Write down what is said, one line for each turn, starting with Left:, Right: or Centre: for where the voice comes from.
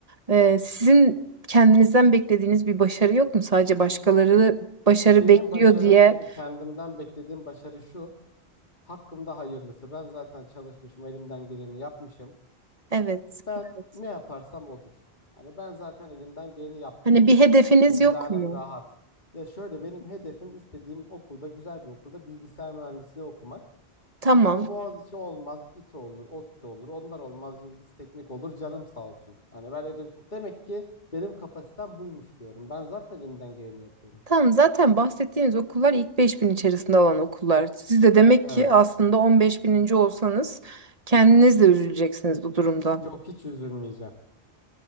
Right: E, sizin kendinizden beklediğiniz bir başarı yok mu? Sadece başkaları başarı
Left: Benim
Right: bekliyor
Left: başarım
Right: diye
Left: ke- kendimden beklediğim başarı şu. Hakkımda hayırlısı. Ben zaten çalışmışım, elimden geleni yapmışım.
Right: Evet.
Left: Ben
Right: Evet.
Left: ne yaparsam odur. Hani ben zaten elimden geleni yaptığım
Right: Hani bir
Left: için
Right: hedefiniz
Left: vicdanım
Right: yok mu?
Left: rahat. Ya şöyle benim hedefim istediğim okulda, güzel bir okulda bilgisayar mühendisliği okumak.
Right: Tamam.
Left: Ha Boğaziçi olmaz, İTÜ olur, ODTÜ olur. Onlar olmaz, Yıldız Teknik olur. Canım sağ olsun. Hani ben elim... Demek ki benim kapasitem buymuş diyorum. Ben zaten elimden geleni yapıyorum.
Right: Tamam zaten bahsettiğiniz okullar ilk 5000 içerisinde olan okullar. Siz de demek
Left: Evet.
Right: ki aslında on beş bininci olsanız kendiniz de üzüleceksiniz bu durumda.
Left: Yok hiç üzülmeyeceğim.